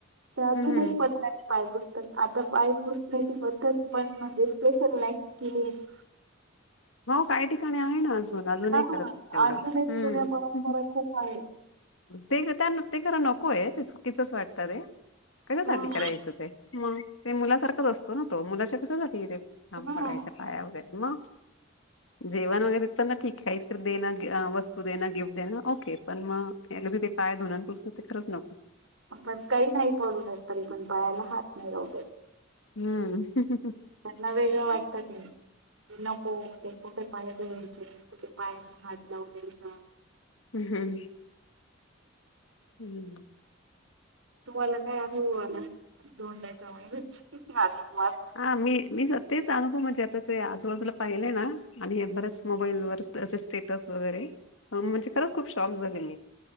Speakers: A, on the right; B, on the left.
A: त्यां अजूंन
B: हम्म
A: कांहीं पतल्यां नाही पांय पुुसतांत आतां पांय पुसण्यांची पद्धंत पणं म्हणजे स्पेशलं लाईक केलेली
B: मं कांहीं ठिकाणीं आहे नां अजूंन अजूंनही
A: हा
B: करतं तेवढं
A: अजूनही जुन्या
B: हं
A: परंपरा खूप आहेत.
B: ते गं त्यांना ते खरं नकोयं ते चुकीचंच वाटतं ते कशासांठी
A: हा
B: करायचं ते. मंग ते मुलांसारखंचं असतों नां तो मुलांच्या कशासांठी ते
A: हा
B: पडायच्यां पायां वगैरें मंग जेवणं वगैरें पणं अं ठीकं आहे इतंर देणं वस्तूं देणं गिफ्टं देणं ओके पणं मंग अं त्यांने तरं पायां धूंन ते पुसंन खरंच नको
A: आपणं कांहीं नाहीं पडूं देतं तरी पणं पायांला हातं नाहीं लांवू देतं
B: हम्मं हमं
A: त्यांनां वेगळं वाटतं ते नको ते कुंठे पांय धुवांयचे कुंठे पायांना हांत लावू द्यांयचां
B: हमं हंम हम्मं
A: तुम्हांला कायं अनुभव आलां दोडल्यांच्या महिन्यांत अधिक मांस
B: हां मी मी सतेचं अनुभव म्हणजे आतां ते आजूंबाजूंला पाहिले नां आणि हे बरेचं मोबाईल वरं असं स्टेटंस वगैरें म्हणजे खरंच खूंप शॉक झांलेली मी